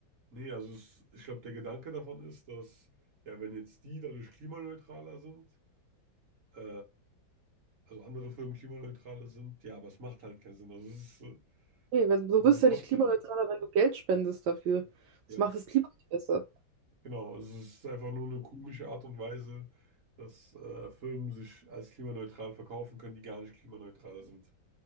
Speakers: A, on the right; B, on the right.
A: nee, also es, ich glaube, der Gedanke davon ist, dass ja, wenn jetzt die dadurch klimaneutraler sind, äh, also andere Firmen klimaneutraler sind, ja, aber es macht halt keinen Sinn. Also, es ist, äh,
B: Nee, wenn, du
A: sind
B: wirst
A: ja
B: ja
A: trotzdem,
B: nicht klimaneutraler, wenn du Geld spendest dafür.
A: ja.
B: Das macht das Klima nicht besser.
A: Genau, also es ist einfach nur eine komische Art und Weise, dass äh, Firmen sich als klimaneutral verkaufen können, die gar nicht klimaneutral sind.